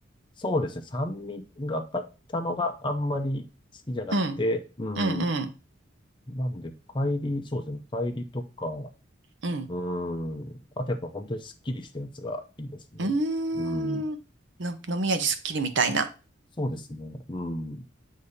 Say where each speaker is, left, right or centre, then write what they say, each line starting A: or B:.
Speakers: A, on the left; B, on the right.
A: そうですね。酸味がかったのがあんまり好きじゃなくて、
B: うん、
A: うん。
B: うん、うん、
A: なんで、深入り、そうですね。深入りとか、
B: うん。
A: うん。あとやっぱ本当にスッキリしたやつがいいですね。
B: うー
A: うん。
B: ん。の、飲み味すっきりみたいな。
A: そうですね。うん。